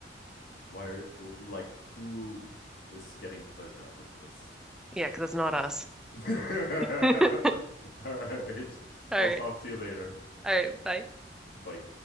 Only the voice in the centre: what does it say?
Yeah, because it's not us.
<laughs> All
right.
All right. Bye.